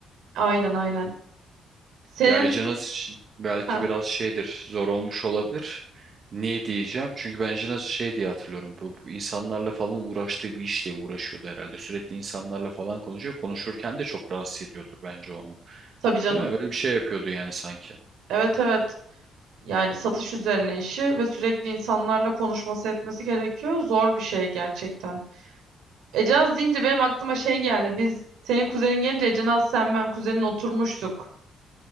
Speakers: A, on the right; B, on the right.
A: Aynen aynen. Senin
B: Ya Ejanas için belki
A: ha,
B: biraz şeydir, zor olmuş olabilir. Niye diyeceğim? Çünkü ben Ejanas'ı şey diye hatırlıyorum. Bu, bu insanlarla falan uğraştığı bir işle uğraşıyordu herhalde. Sürekli insanlarla falan konuşuyor. Konuşurken de çok rahatsız ediyordur bence onu.
A: tabii canım.
B: Değil mi? Öyle bir Hmm. şey yapıyordu yani sanki.
A: Evet evet. Yani satış üzerine işi ve sürekli insanlarla konuşması etmesi gerekiyor. Zor bir şey gerçekten. Ecenaz deyince benim aklıma şey geldi. Biz senin kuzenin gelince Ecenaz sen ben kuzenin oturmuştuk.